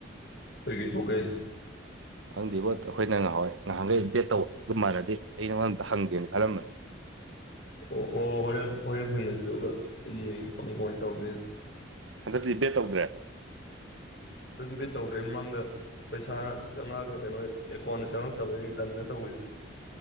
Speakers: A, on the left (about 55°); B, on the right (about 80°).
A: ꯀꯩꯀꯩ ꯊꯣꯛꯀꯦ ꯍꯥꯏꯁꯦ
B: ꯈꯪꯗꯦꯕꯣ ꯑꯩꯈꯣꯏꯅ ꯉꯍꯥ ꯋꯥꯏ ꯉꯍꯥꯟꯈꯩ ꯕꯦꯠ ꯇꯧꯕ ꯑꯗꯨ ꯃꯥꯟꯅꯗꯤ ꯑꯩ ꯅꯉꯣꯟ ꯑꯝꯇ ꯍꯪꯒꯦꯅ ꯈꯜꯂꯝꯕꯅꯤ
A: ꯑꯣ ꯑꯣ ꯍꯣꯔꯦꯟ ꯍꯣꯔꯦꯟ ꯊꯦꯡꯅꯁꯤꯗꯨ ꯑꯗꯨꯒ ꯌꯦꯡꯒꯦ ꯀꯃꯥꯏꯅ ꯇꯧꯕꯒ
B: ꯍꯟꯗꯛꯇꯤ ꯕꯦꯠ ꯇꯧꯗ꯭ꯔꯦ
A: ꯕꯦꯠ ꯇꯧꯗ꯭ꯔꯦ ꯃꯃꯥꯡꯗ ꯄꯩꯁꯥ ꯆꯪꯉꯛꯑꯒ ꯀꯩꯅꯣ ꯑꯦꯀꯥꯎꯟꯗ ꯆꯪꯉꯛꯇꯕꯈꯩ ꯇꯟꯗꯅ ꯇꯧꯕꯈꯤꯗ꯭ꯔꯦ